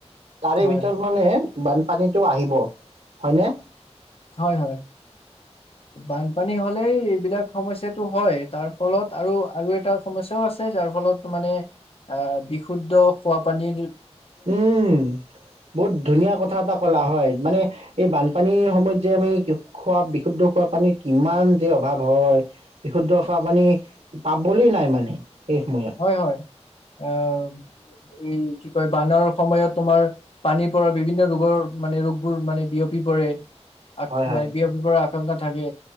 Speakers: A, on the right; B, on the left.
A: তাৰে
B: হয়,
A: ভিতৰত মানে। বানপানীটো আহিব হয়নে?
B: হয়, হয়। বানপানী হ'লেই এইবিলাক সমস্যাটো হয় তাৰ, ফলত আৰু আৰু এটা সমস্যাও আছে। যাৰ ফলত মানে বিশুদ্ধ খোৱাপানীৰ।
A: উমঁ বহুত ধুনীয়া কথা এটা ক'লা হয়, মানে এই বানপানী স ময়ত যে আমি খোৱা বিশুদ্ধ খোৱা পানীৰ কিমান যে অভাৱ হয়, বিশুদ্ধ খোৱা পানী পাবলৈ নাই মানে। সেই সময়ত।
B: হয় হয়। আহ এই কি কয়, বানৰ সময়ত তোমাৰ পানীৰ পৰা বিভিন্ন ৰোগৰ মানে, ৰোগবোৰ মানে বিয়পি পৰে। আক
A: হয় হয়।
B: মাযবিয় ৰ পৰা। শংকা থাকে।